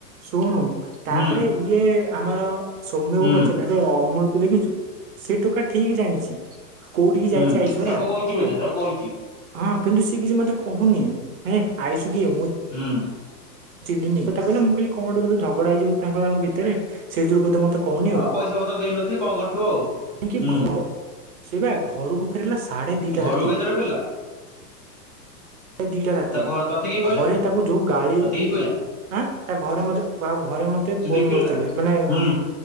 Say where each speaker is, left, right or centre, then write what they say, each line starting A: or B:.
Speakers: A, on the right; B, on the left.
A: ଶୁଣୁ ତାପରେ
B: ହୁଁ
A: ଇଏ ଆମର ସୌମ୍ୟକୁ
B: ହୁଁ
A: ପଚାରିଲା ଅମୁଲ କୁ ଦେଖିଛୁ ସେ ଟୋକା ଠିକ ଜାଣିଛି କୋଉଠିିକି
B: ହୁଁ
A: ଯାଇଛି ଆଇସୁ ହେଲାୁ
B: ତାକୁ କହିଛି ବୋଧେ ତାକୁ କହିଛି
A: ହଁ କିନ୍ତୁ ସିଏ କିଛି ମତେ କହୁନି ହେଁ ଆଇସୁ କିଏ ମୁଁ
B: ହୁଁ
A: ଚହନିନି କହିଲ ମୁଁ କିଲ କ ଗୋେୋଧେଝଡା ହେଯିବ ତାଙ୍କ ଭିତରେ ସେଇ ଯୋ ବୋଧେ ମତେ କହୁନି
B: ହଁ ପଇସା ବତ ଦେଇନଥି କଣ କରିଥିବ ଆଉ
A: କାହିକି
B: ହୁଁ
A: ସେ ବା ଘରକୁ ଫେରିଲା ସାଢେ ଦିଟା
B: ଘରକୁ
A: ରାତିରେ
B: କେତେବେଳେ ଫେରିଲା
A: ପ୍ର ଦିଟା ରାତିରେ
B: ତା ଘ ତତେ କିଏ କହିଲା
A: ଘରେ ତାକୁ ଯୋଉ ଗାଳି
B: ତତେ କିଏ କହିଲା
A: ଆଁ ତା ଘରେ ମଧ୍ୟ ବା ଘରେ ମଧ୍ୟ ତେ
B: ତୁ
A: ଫୋନ
B: ଦେଖିଲୁ
A: କରୁଥିଲେ
B: ନା
A: ମାନେ
B: ହୁଁ